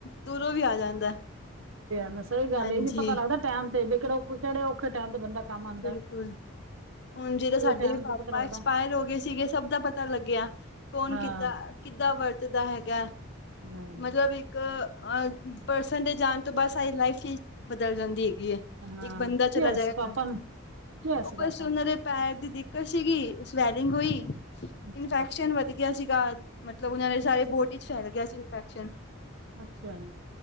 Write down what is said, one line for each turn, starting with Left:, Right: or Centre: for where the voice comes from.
Left: ਦੂਰੋਂ ਵੀ ਆ ਜਾਂਦਾ।
Right: ਮੈਂ ਸਹੀ ਗੱਲ
Left: ਹਾਂਜੀ
Right: ਇਹ ਪਤਾ ਲੱਗਦਾ ਟਾਈਮ ਤੇ ਵੀ ਕਿਹੜੇ ਔਖੇ ਟਾਈਮ ਤੇ ਬੰਦਾ ਕੰਮ ਆਉਂਦਾ
Left: ਬਿਲਕੁਲ। ਹੁਣ ਜਿਹੜਾ
Right: ਇਹ
Left: ਸਾਡੇ
Right: ਟਾਈਮ
Left: ਪਾਪਾ
Right: ਤੇ ਪਤਾ ਲੱਗਦਾ
Left: ਐਕਸਪਾਇਰ ਹੋ ਗਏ ਸੀਗੇ ਸਭ ਦਾ ਪਤਾ ਲੱਗਿਆ। ਕੌਣ
Right: ਹਾਂ
Left: ਕਿੱਦਾਂ, ਕਿੱਦਾਂ ਵਰਤਦਾ ਹੈਗਾ।
Right: ਹਮ <unintelligible>
Left: ਮਤਲਬ ਇੱਕ ਅ ਪਰਸਨ ਦੇ ਜਾਣ ਤੋਂ ਬਾਅਦ ਸਾਰੀ ਲਾਈਫ ਚੀ ਬਦਲ ਜਾਂਦੀ ਹੈਗੀ ਹੈ।
Right: ਹਾਂ
Left: ਇੱਕ ਬੰਦਾ ਚਲਾ
Right: ਯਸ
Left: ਜਾਏਗਾ।
Right: ਪਾਪਾ ਨੂੰ ਯਸ
Left: ਉਹ
Right: ਪਾਪਾ
Left: ਬਸ ਉਹਨਾਂ
Right: ਨੂੰ
Left: ਦੇ ਪੈਰ ਦੀ ਦਿੱਕਤ ਸੀਗੀ ਸਵੈਲਿੰਗ ਹੋਈ ਇਨਫੈਕਸ਼ਨ
Right: ਅੱਛਾ
Left: ਵੱਧ ਗਿਆ ਸੀਗਾ ਮਤਲਬ ਉਹਨਾਂ ਨੇ
Right: ਅੱਛਾ
Left: ਸਾਰੇ ਬੋਟ ਵਿਚ ਫੈਲ ਗਿਆ ਸੀ ਇਨਫੈਕਸ਼ਨ
Right: ਅੱਛਾ ਜੀ।